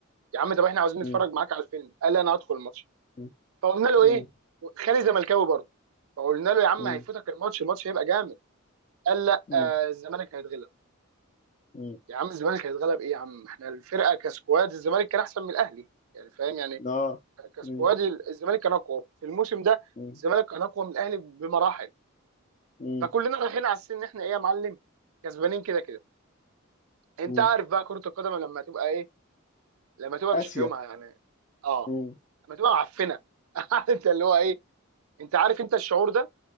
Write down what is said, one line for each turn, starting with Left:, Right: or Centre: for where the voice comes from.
Right: يا عم طب احنا عاوزين
Left: مم.
Right: نتفرج معاك على الفيلم قال لي انا هدخل الماتش
Left: مم.
Right: فقلنا له
Left: مم.
Right: ايه خالي زملكاوي برضه فقلنا له يا عم
Left: مم.
Right: هيفوتك الماتش الماتش هيبقى جامد قال لا
Left: مم.
Right: آه، الزمالك هيتغلب
Left: مم.
Right: يا عم الزمالك هيتغلب ايه يا عم احنا الفرقه كسكواد الزمالك كان احسن من الاهلي يعني فاهم يعني
Left: لا
Right: كسكواد
Left: مم.
Right: الزمالك كان اقوى في الموسم ده
Left: مم.
Right: الزمالك كان اقوى من الاهلي بمراحل
Left: مم.
Right: فكلنا رايحين على السن ان احنا ايه يا معلم كسبانين كده كده انت
Left: مم.
Right: عارف بقى كره القدم لما تبقى ايه لما تبقى
Left: اسيا
Right: مش في يومها يعني اه
Left: مم.
Right: لما تبقى معفنه <laughs> عارف انت اللي هو ايه انت عارف انت الشعور ده